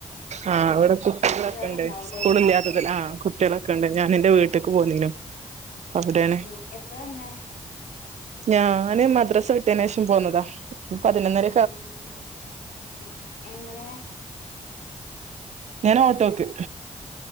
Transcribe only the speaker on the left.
കുട്ടികളുണ്ടാവൂലേ
ഏഹ് എപ്പഴാ വന്നേ
പിന്നെ എ എങ്ങനെ.